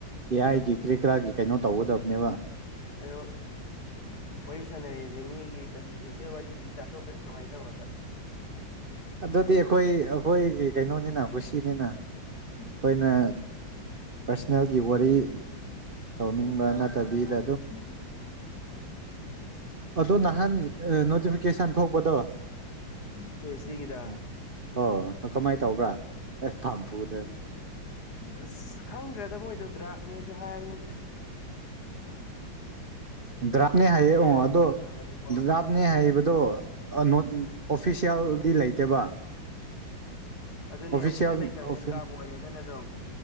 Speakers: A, on the right; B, on the left.
A: ꯑꯦ ꯑꯥꯏꯒꯤ ꯀ꯭ꯔꯤ ꯀꯔꯥꯒꯤ ꯀꯩꯅꯣ ꯇꯧꯒꯗꯕꯅꯦꯕ
B: ꯑꯣ ꯋꯥꯔꯤ ꯁꯥꯟꯅꯔꯛꯁꯦ ꯃꯤꯒꯤ ꯀꯟꯐꯤꯗꯦꯟꯁꯦꯜ ꯋꯥꯔꯤꯗꯤ ꯇꯥꯊꯣꯛꯈꯔꯗꯤ ꯀꯃꯥꯏꯅ ꯇꯧꯕ
A: ꯑꯗꯨꯗꯤ ꯑꯩꯈꯣꯏ ꯑꯩꯈꯣꯏꯒꯤ ꯀꯩꯅꯣꯅꯤꯅꯥ ꯀꯨꯁꯤꯅꯤꯅ
B: ꯖꯖ
A: ꯑꯩꯈꯣꯏꯅ ꯄꯥꯔꯁꯣꯅꯦꯜꯒꯤ ꯋꯥꯔꯤ ꯇꯧꯅꯤꯡꯕ꯭ꯔꯥ ꯅꯠꯇꯕꯤꯗ ꯑꯗꯣ ꯅꯍꯥꯟ ꯅꯣꯇꯤꯐꯤꯀꯦꯁꯟ ꯊꯣꯛꯄꯗꯣ ꯑ
B: ꯄꯤ ꯑꯩꯆ ꯗꯤꯒꯤꯗ
A: ꯑ ꯑꯣ ꯀꯃꯥꯏꯅ ꯇꯧꯕ꯭ꯔꯥ ꯑꯦꯁ ꯐꯥꯝ ꯄꯨꯗ
B: ꯑꯁ ꯈꯪꯗ꯭ꯔꯦꯗ ꯃꯣꯏꯗ ꯗ꯭ꯔꯥꯛꯅꯦꯁꯨ ꯍꯥꯏꯕꯅꯤ
A: ꯎꯝ ꯗ꯭ꯔꯥꯞꯅꯦ ꯍꯩꯌꯦ ꯑꯣ
B: ꯍꯥꯏ
A: ꯑꯗꯣ
B: ꯑꯗꯨꯅ ꯍꯧꯖꯤꯛꯐꯥꯎ
A: ꯗ꯭ꯔꯥꯞꯅꯦ ꯍꯩꯕꯗꯣ ꯑ ꯅꯣ ꯑꯣꯐꯤꯁꯦꯜꯗꯤ
B: ꯎꯝ
A: ꯂꯩꯇꯦꯕ
B: ꯑꯗꯨꯅꯦ
A: ꯑꯣꯐꯤꯁꯦꯜ
B: ꯂꯩꯇꯕꯅꯤꯅ
A: ꯎꯝ
B: ꯗ꯭ꯔꯥꯞ ꯑꯣꯏꯔꯦꯗꯅ ꯑꯗꯨꯝ